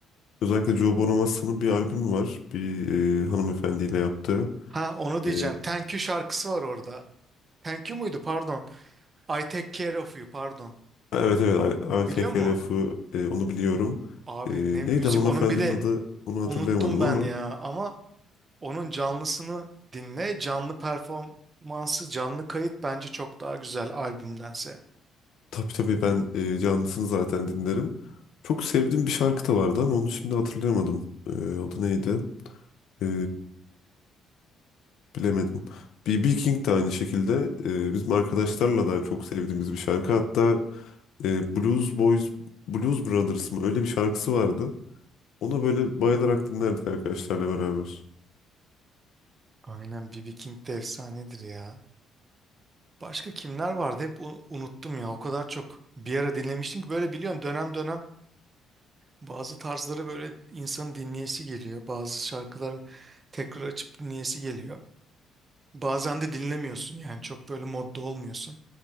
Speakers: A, on the left; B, on the right.
A: Özellikle Joe Bonamassa'nın bir albümü var. Bir e, hanımefendiyle yaptığı.
B: Ha onu diyeceğim.
A: E,
B: Thank You şarkısı var orada. Thank You muydu pardon. I Take Care of You pardon.
A: evet evet ALTKRF'ı
B: Biliyor musun?
A: e, onu biliyorum.
B: Abi
A: E,
B: ne müzik
A: neydi hanımefendinin
B: onun bir de
A: adı onu hatırlayamadım
B: unuttum ben
A: ama.
B: ya ama Onun canlısını dinle. Canlı performansı, canlı kayıt bence çok daha güzel albümdense.
A: Tabii tabii ben e, canlısını zaten dinlerim. Çok sevdiğim bir şarkı da vardı ama onu şimdi hatırlayamadım. E, adı neydi? Ee, bilemedim. B.B. King de aynı şekilde e, bizim arkadaşlarla da çok sevdiğimiz bir şarkı. Hatta e, Blues Boys, Blues Brothers mı öyle bir şarkısı vardı. Ona böyle bayılarak dinlerdik arkadaşlarla beraber.
B: Aynen B. B. King de efsanedir ya. Başka kimler vardı hep u- unuttum ya. O kadar çok bir ara dinlemiştim ki böyle biliyorsun dönem dönem bazı tarzları böyle insanın dinleyesi geliyor. Bazı şarkıları tekrar açıp dinleyesi geliyor. Bazen de dinlemiyorsun yani çok böyle modda olmuyorsun.